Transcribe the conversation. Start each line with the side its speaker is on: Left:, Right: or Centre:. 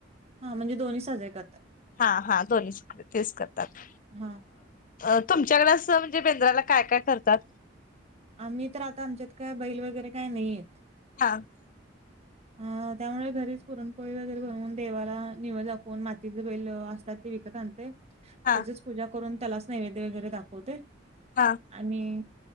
Right: हा म्हणजे दोन्ही साजरे करतात.
Left: हा हा दोन्हीच कडे तेच करतात
Right: हा
Left: अ तुमच्याकडे असं म्हणजे बेंद्राला काय काय करतात?
Right: आम्ही तर आता आमच्यात काय बैल वगैरे काय नाहीयेत
Left: <unintelligible>
Right: <inaudible> आ त्यामुळे घरीच पुरणपोळी वगैरे बनवून, देवाला निवद दाखवून मातीचे बैल असतात ते विकत आणते. त्याचीच
Left: हा
Right: पूजा करून त्यालाच नैवेद्य वगैरे दाखवते.
Left: <unintelligible>
Right: आणि